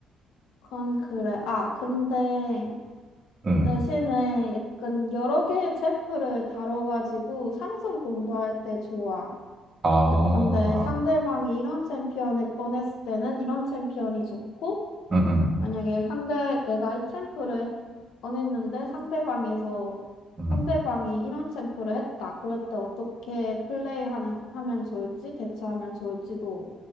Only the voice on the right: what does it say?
음.
아,
응, 응.
응.